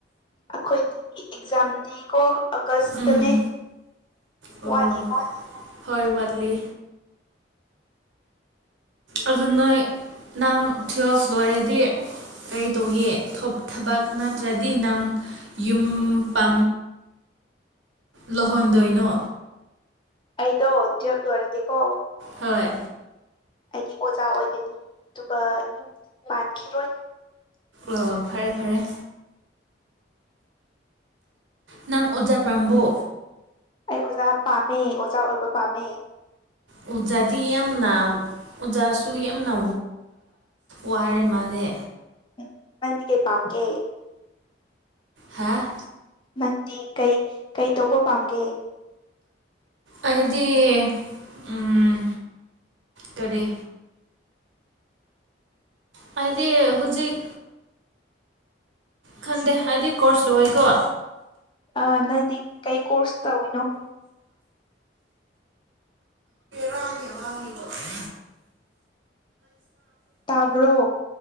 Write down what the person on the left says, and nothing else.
ꯑꯩꯈꯣꯏꯒꯤ ꯑꯦꯛꯖꯥꯝꯗꯤ ꯀꯣ ꯑꯥꯒꯁꯇꯅꯦ
ꯋꯥꯠꯂꯤꯀꯣ
ꯑꯩꯗꯣ ꯇ꯭ꯌꯞ ꯂꯣꯏꯔꯗꯤꯀꯣ
ꯑꯩꯗꯤ ꯑꯣꯖꯥ ꯑꯣꯏꯒꯅꯤ ꯑꯗꯨꯒ ꯌꯨꯝꯗꯤ ꯄꯥꯟꯈꯤꯔꯣꯏ
ꯑꯩ ꯑꯣꯖꯥ ꯄꯥꯝꯃꯦ ꯑꯣꯖꯥ ꯑꯣꯏꯕ ꯄꯥꯝꯃꯦ
ꯎꯝ ꯃꯗꯤ ꯀꯦ ꯄꯝ ꯀꯦ
ꯃꯪꯗꯤ ꯀꯩ ꯀꯩ ꯇꯧꯕ ꯄꯥꯝꯒꯦ
ꯑ ꯅꯪꯗꯤ ꯀꯩ ꯀꯣꯔꯁ ꯇꯧꯅꯣ
ꯇꯥꯕ꯭ꯔꯣ